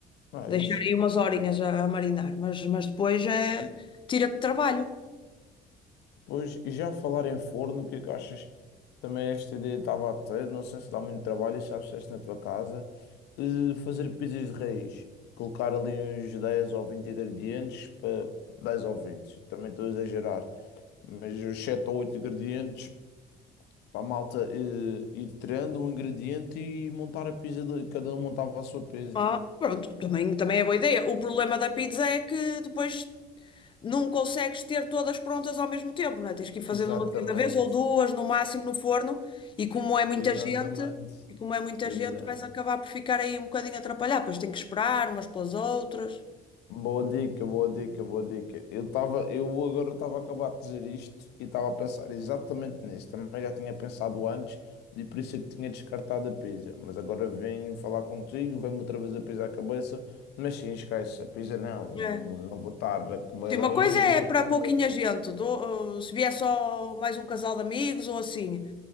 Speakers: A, on the left; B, on the left.
A: Não é
B: Deixar
A: isso?
B: aí umas horinhas a, a marinar, mas, mas depois é tira-te trabalho.
A: Pois, e já falar em forno, o que é que achas? Também esta ideia estava a ter, não sei se dá muito trabalho, já fizeste na tua casa, eh, fazer pizzas de raiz, colocar ali uns 10 ou 20 ingredientes para 10 ou 20 também estou a exagerar, mas os 7 ou 8 ingredientes para a malta eh, ir tirando um ingrediente e montar a pizza, de- cada um montava a sua pizza.
B: Ah, pronto, também, também é boa ideia. O problema da pizza é que depois não consegues ter todas prontas ao mesmo tempo, não é? Tens que ir fazendo
A: Exatamente,
B: uma de cada vez ou duas no máximo no forno, e como é muita
A: exatamente,
B: gente, e como é muita
A: pois
B: gente,
A: é.
B: vais acabar por ficar aí um bocadinho atrapalhado, pois tem que esperar umas pelas outras.
A: Boa dica, boa dica, boa dica. Eu estava, eu agora estava a acabar de dizer isto e estava a pensar exatamente nisso. Também já tinha pensado antes e por isso é que tinha descartado a pizza. Mas agora vim falar contigo, vem-me outra vez a pizza à cabeça. Mas sim, esquece, a pizza não, eu
B: É.
A: não, não vou estar a comer
B: Sim, uma
A: uns
B: coisa é
A: e outros.
B: para pouquinha
A: a ver.
B: gente, do- uh, se vier só mais um casal de amigos ou assim.